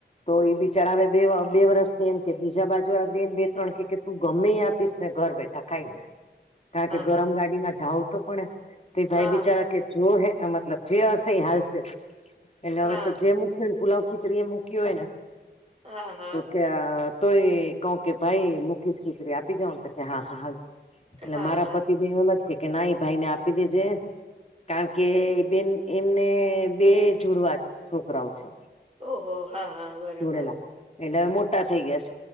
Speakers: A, on the left; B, on the right.
A: તો ઈ બિચારા હવે બે-બે વર્ષથી એમ કેય બીજા બાજુ આવે બેન બે-ત્રણ <unintelligible> તું ગમેઈ આપીશ ને ઘર બેઠા ખાઈ લે. કારણ કે ગરમ
B: હા
A: ગાડીમાં જાવ તો પણ તે
B: હા
A: ભાઈ બિચારા કહે જો હે મતલબ જે હશે એ હાલશે. એને
B: હા
A: હવે તો જે મૂક્યુંન પુલાવ, ખીચડી એ મૂક્યું હોય ને
B: હા, હા.
A: તો કે તોય કહું કે ભાઈ મૂક્યું છ ખીચડી આપી જાવન, તો કહે હા, હા હાલ એટલે
B: હા
A: મારા
B: હા
A: પતિ <unintelligible> એમ જ કહે કે ના ઈ ભાઈ ને આપી દેજે. કારણ કે ઈ બેન એમને બે જુડવા છોકરાઓ છે.
B: ઓહો! હા, હા બરાબર.
A: જોડેલા એટલે હવે મોટા થઈ ગયા છ.